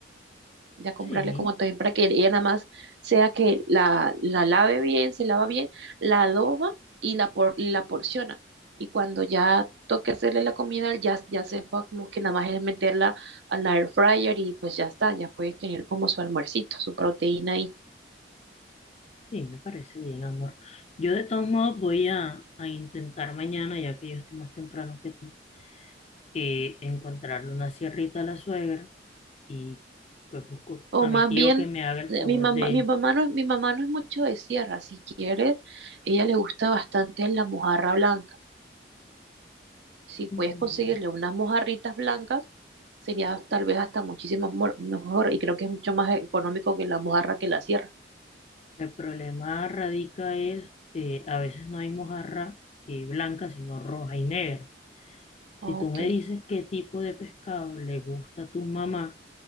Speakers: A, on the right; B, on the left.
A: ya comprarle
B: sí,
A: como también para que ella nada más sea que la, la lave bien, se lava bien, la adoba y la, por, y la porciona. Y cuando ya toque hacerle la comida, ya, ya sepa como que nada más es meterla a la air fryer y pues ya está, ya puede tener como su almuercito, su proteína ahí.
B: sí, me parece bien, amor. Yo de todos modos voy a, a intentar mañana, ya que yo estoy más temprano que tú, eh, encontrarle una sierrita a la suegra y pues busco
A: O
B: a
A: más
B: mi tío
A: bien,
B: que me haga el
A: eh,
B: favor
A: mi mamá,
B: de...
A: mi mamá no, es- mi mamá no es mucho de sierra, si quieres, ella le gusta bastante la mojarra blanca Si puedes
B: Mm,
A: conseguirle unas mojarritas blancas, sería tal vez hasta muchísimo mor- mejor y creo que es mucho más económico que la mojarra que la sierra.
B: El problema radica es que a veces no hay mojarra eh, blanca, sino roja y negra.
A: Ok,
B: Si tú me dices qué tipo de pescado le gusta a tu mamá,